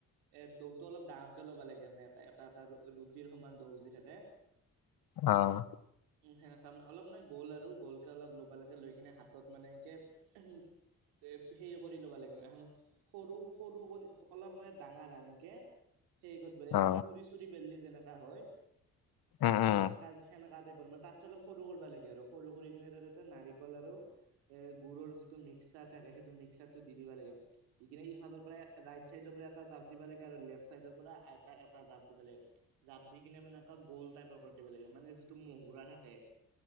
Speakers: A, on the right; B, on the left.
A: এ দৌটো অলপ ডাঙৰকে ল'ব লাগে মানে এ এটা এটা ৰু ৰুটিৰ সমান দৌ যি থাকে
B: অহ
A: সেনেকা মানে অলপ মানে গোল আৰু গোলকে অলপ ল'ব লাগে লৈ কিনে হাতত মানে এনকে উমহ এ হেৰি কৰি ল'ব লাগে মানে, এ সৰু- সৰু কৰি অলপ মানে ডাঙৰ এনাকে সেই ক'ত বোৰে
B: অ
A: পুৰি -চুৰি বেললি যেনেকা হয়,
B: উম উম
A: সেনেকা সেনেকাতে বৰ মা তাত ছে অলপ সৰু কৰিব লাগে আৰু সৰু কৰি কিনে ধৰি ল তই নাৰিকল আৰু এ গুৰৰ যিটো মিক্সাৰ তা থাকে সেইটো মিক্সাৰটো দি দিব লাগে, দি কিনে ইফালৰ পৰা ৰাইট চাইদৰ পৰা এটা জাপ দিব লাগে আৰু লেফ চাই চাইডৰ পৰা এটা এটা জাপ দিব লাগে, জাপ দি কিনে মানে এনকা গল তাইপৰ কৰি দিব লাগে মানে যিটো মহুৰা থাকে।